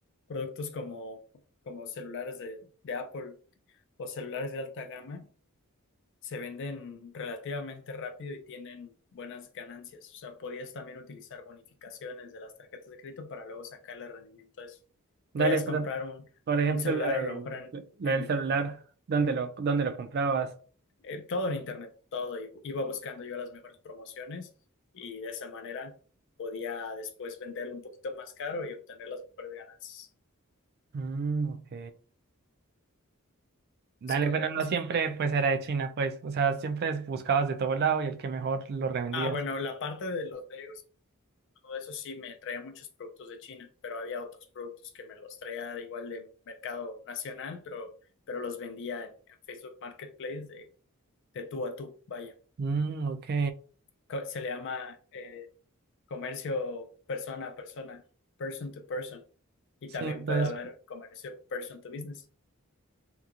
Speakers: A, on the left (about 55°); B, on the right (about 45°).
A: productos como, como celulares de, de Apple o celulares de alta gama se venden relativamente rápido y tienen buenas ganancias. O sea, podías también utilizar bonificaciones de las tarjetas de crédito para luego sacarle rendimiento a eso.
B: Dale,
A: Podías
B: pero,
A: comprar un,
B: por ejemplo,
A: un celular
B: lo de-
A: a lo mejor en,
B: lo
A: en-
B: del celular, ¿dónde lo, dónde lo comprabas?
A: en todo en internet, todo. Y Iba buscando yo las mejores promociones y de esa manera podía después venderlo un poquito más caro y obtener las mejores ganancias.
B: Mm, ok. Dale,
A: Es correcto.
B: pero no siempre pues era de China, pues. O sea, siempre buscabas de todo lado y el que mejor lo revendías.
A: Ah, bueno, la parte de los legos. Todo eso sí me traía muchos productos de China, pero había otros productos que me los traía igual de mercado nacional, pero, pero los vendía en, en Facebook Marketplace de, de tú a tú, vaya.
B: Mm, ok.
A: Co- Se le llama eh, comercio persona a persona, person to person. Y
B: Sí,
A: también
B: entonces.
A: puede haber comercio person to business.